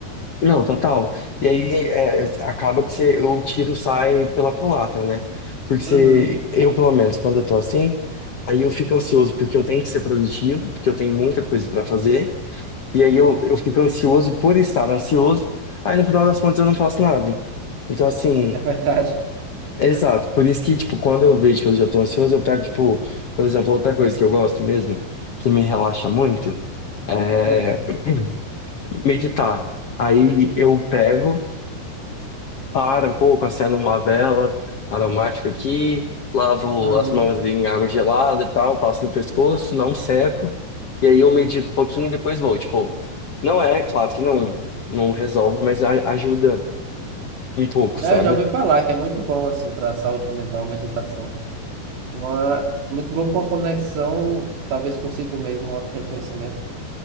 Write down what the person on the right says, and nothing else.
Uhum,
é verdade.
<laughs> Hum,
uhum.
É,
eu já ouvi falar que é muito bom, assim, para a saúde mental, a meditação. É Uma, muito bom com a conexão, talvez consigo mesmo, um auto-reconhecimento.